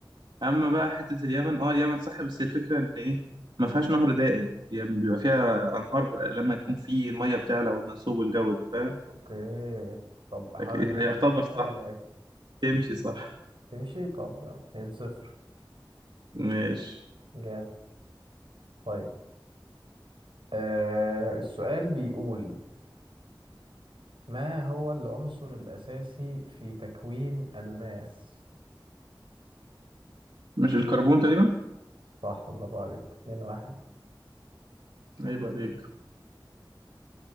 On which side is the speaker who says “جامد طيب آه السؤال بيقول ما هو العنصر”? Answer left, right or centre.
Right